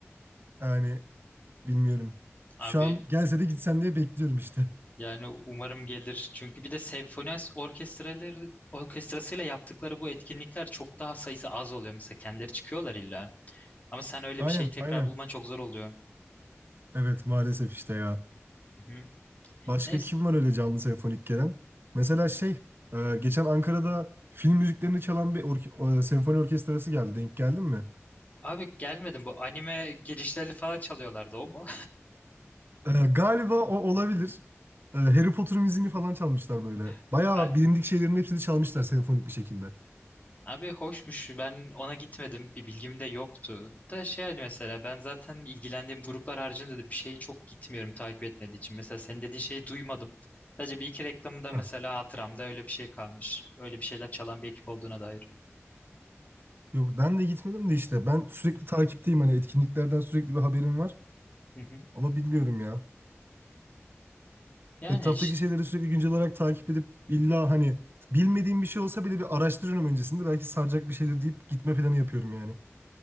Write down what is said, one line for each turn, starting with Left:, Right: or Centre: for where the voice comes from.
Right: Yani bilmiyorum.
Left: abi
Right: Şu an gelse de gitsem diye bekliyorum işte.
Left: yani umarım gelir. Çünkü bir de senfoni orkestraları orkestrasıyla yaptıkları bu etkinlikler çok daha sayısı az oluyor mesela kendileri çıkıyorlar illa. Ama sen öyle
Right: Aynen
Left: bir şeyi tekrar
Right: aynen.
Left: bulman çok zor oluyor.
Right: Evet maalesef işte ya.
Left: Hı.
Right: Başka
Left: Neyse.
Right: kim var öyle canlı senfonik gelen? Mesela şey, e, geçen Ankara'da film müziklerini çalan bir ork- e, senfoni orkestrası geldi. Denk geldin mi?
Left: Abi gelmedim bu anime girişleri falan çalıyorlardı o mu?
Right: E, galiba o olabilir. E, Harry Potter müziğini falan çalmışlar böyle.
Left: <laughs>
Right: Bayağı
Left: Aynen.
Right: bilindik şeylerin hepsini çalmışlar senfonik bir şekilde.
Left: Abi hoşmuş ben ona gitmedim bir bilgim de yoktu. Da şey hani mesela ben zaten ilgilendiğim gruplar haricinde de bir şeyi çok gitmiyorum takip etmediği için. Mesela senin dediğin şeyi duymadım. Sadece bir iki reklamında mesela
Right: Heh.
Left: hatıramda öyle bir şey kalmış. Öyle bir şeyler çalan bir ekip olduğuna dair.
Right: Yok ben de gitmedim de işte. Ben sürekli takipteyim hani etkinliklerden sürekli bir haberim var.
Left: Hı hı.
Right: Ama bilmiyorum ya.
Left: Yani
Right: Etraftaki
Left: iş-
Right: şeyleri sürekli güncel olarak takip edip illa hani bilmediğim bir şey olsa bile bir araştırıyorum öncesinde. Belki saracak bir şeydir deyip gitme planı yapıyorum yani.